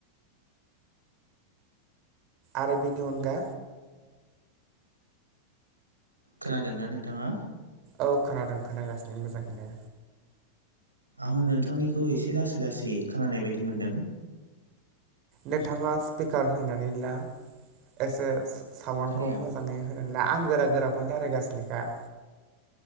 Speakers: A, on the right; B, on the right.
A: आरो बेनि अनगा
B: खोनादोंना नोंथाङा?
A: औ खोनादों खोनागासिनो मोजाङैनो।
B: आङो नोंथांनिखौ एसे लासै लासै खोनानाय बायदि मोनदों।
A: नोंथाङा स्पिकार होनानै ला एसे साउन्डखौ
B: खोनाया
A: मोजाङै होनला आं गोरा गोराखौनो दारायगासिनोखा।